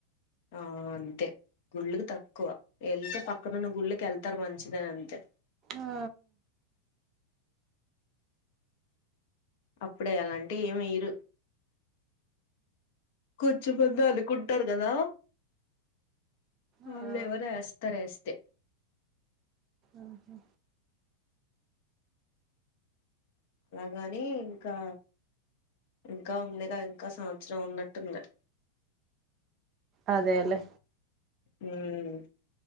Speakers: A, on the left (about 50°); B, on the right (about 30°).
A: ఆ అంతే గుళ్ళకి తక్కువ వెళ్తే పక్కనున్న గుళ్లకి వెళ్తారు మంచిదని అంతె
B: ఆ
A: అప్పుడే అలాంటే ఏమి ఈరు కూర్చుబంద అను కుంటారు కదా
B: ఆ
A: ఆల్ ఇవ్వరు ఎస్తార్ ఎస్తే
B: ఒకే
A: అలాగని ఇంకా ఇంకా ఉందిగ ఇంక సంవత్సరం ఉన్నట్టుంది
B: అదేలే
A: ఉమ్